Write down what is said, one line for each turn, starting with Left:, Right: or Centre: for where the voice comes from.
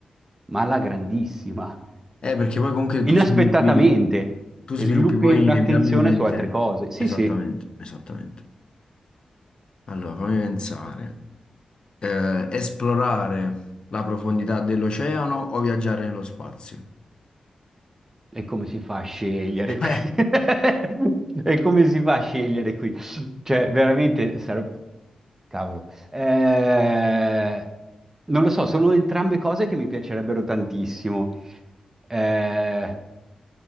Right: ma alla grandissima,
Left: Eh, perché poi comunque
Right: inaspettatamente,
Left: tu sviluppi, tu
Right: e
Left: sviluppi
Right: sviluppi
Left: poi
Right: un'attenzione
Left: inevitabilmente.
Right: su altre cose. Sì,
Left: Esattamente,
Right: sì.
Left: esattamente. Allora, fammi pensare. Eh, esplorare la profondità dell'oceano o viaggiare nello spazio?
Right: E come si fa a scegliere qui?
Left: Eh.
Right: <laughs> E come si fa a scegliere qui? Cioè, veramente sarebbe... Cavolo. Eh, Non lo so, sono entrambe cose che mi piacerebbero tantissimo. Eh,